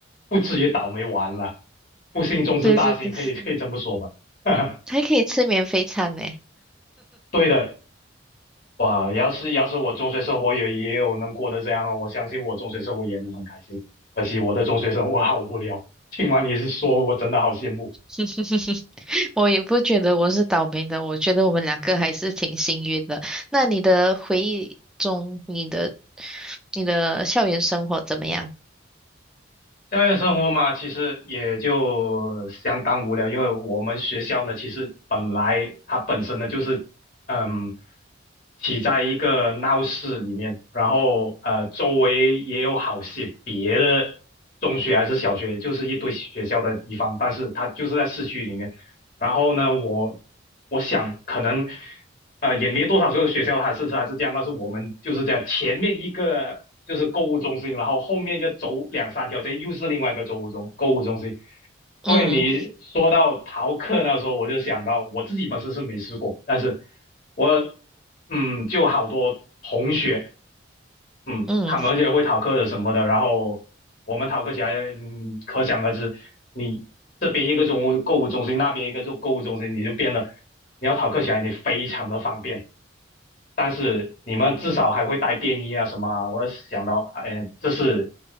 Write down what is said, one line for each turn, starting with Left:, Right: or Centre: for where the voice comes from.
Left: 不至于倒霉完了，不幸中之大幸，
Centre: 对对对。
Left: 可以可以这么说吧？<laughs>
Centre: 还可以吃免费餐呢。
Left: 对的，哇，要是要是我中学生活也也有能过得这样啊，我相信我中学生活也能很开心。可惜我的中学生活好无聊，听完你是说，我真的好羡慕。
Centre: <laughs> 我也不觉得我是倒霉的，我觉得我们两个还是挺幸运的。那你的回忆中，你的你的校园生活怎么样？
Left: 校园生活嘛，其实也就相当无聊，因为我们学校呢，其实本来它本身呢就是，嗯，起在一个闹市里面，然后呃，周围也有好些别的中学还是小学，就是一堆学校的地方，但是它就是在市区里面。然后呢，我我想可能呃也没多少个学校它是它是这样，但是我们就是这样，前面一个就是购物中心，然后后面就走两三条街又是另外一个购物中购物中心。
Centre: 嗯
Left: 所以你说到逃课那时候，我就想到我自己本身是没试过，但是我嗯就好多同学。嗯，
Centre: 嗯
Left: 他们而且会逃课的什么的，然后我们逃课起来，嗯可想而知，你这边一个中物购物中心，那边一个就购物中心，你就变得你要逃课起来，你非常的方便。但是你们至少还会带便衣啊什么啊，我想到，哎，这是